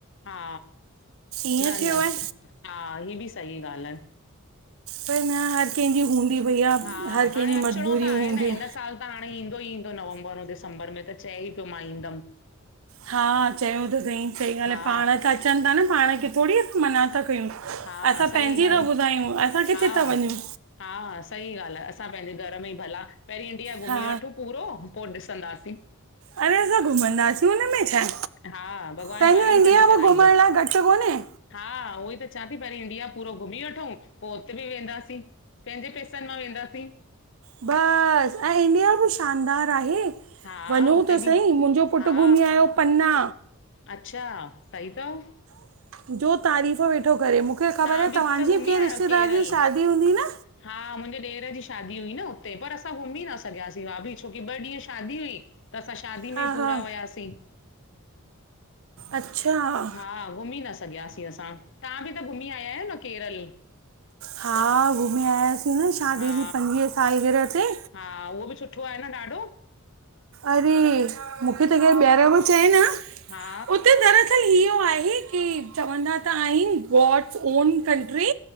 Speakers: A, on the left (about 60°); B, on the right (about 70°).
A: हा,
B: ईअं
A: न
B: थियो
A: -न,
B: आहे
A: हा ही बि सही ॻाल्हि आहे।
B: पर न हर कंहिंजी हूंदी भईया,
A: हा
B: हर
A: हाणे
B: कंहिंजी
A: अचिणो
B: मजबूरियू
A: त आहे
B: हूंदियूं।
A: न हिन साल त हाणे ईंदो ही ईंदो नवंबर ऐं दिसंबर में त चए ई पियो मां इदमि।
B: हा चयो त संई, सही ॻाल्हि
A: हा
B: आहे, पाण त अचन था न, पाण खे थोड़ी असीं मना था कयूं।
A: हा
B: असां
A: सही
B: पंहिंजी
A: ॻाल्हि
B: था
A: आहे
B: ॿुधायूं, असां
A: हा
B: किथे था वञूं?
A: हा सही ॻाल्हि आ, असां पंहिंजे घर में ई भला, पहरीं इंडिया
B: हा
A: घुमी वठूं पूरो पो ॾिसंदासीं।
B: अरे असां घुमंदासीं, हुन में छाए।
A: हा भॻवानु
B: पंहिंजो
A: पाण ई
B: इंडिया
A: सॾु कराईंदो
B: बि घुमण लाइ घट कोन्हे।
A: हा उहोई त चां थी, पहिरीं इंडिया पूरो घुमी वठूं, पो उते बि वेंदासीं पंहिंजे पैसे मां वेंदासीं।
B: बस, ऐं इंडिया बि शानदार आहे।
A: हा
B: वञूं
A: हुते
B: त
A: बि
B: सही, मुंहिंजो पुट
A: हा
B: घुमी आयो पन्ना।
A: अच्छा! सही थव।
B: <inaudible> जो तारीफ़ वेठो करे, मूंखे ख़बर
A: तव्हां
B: आ
A: बि
B: तव्हांजी
A: त घुमी
B: के
A: आया
B: रिश्तेदार
A: आहियो केरल
B: जी शादी हूंदी न
A: हा मुंहिंजे ॾेर जी शादी हुई न हुते, पर असां घुमी न सघियासीं भाभी, छोकी ॿ ॾींहं शादी हुई त असां शादी
B: हा
A: में ई पूरा
B: हा
A: हुयासीं।
B: अच्छा!
A: हा घुमी न सघियासीं असां, तहां बि त घुमी आया आहियो न केरल?
B: हा घुमी आयासीं न शादीअ
A: हा
B: जी पंजुवीह साल गिरह ते।
A: हा उहो बि सुठो आहे न ॾाढो?
B: अरे मूंखे त केर ॿीहर बी चवे न
A: हा
B: उते दर असल इहो आहे की चवंदा त आहिन गॉड्स ओन कंट्री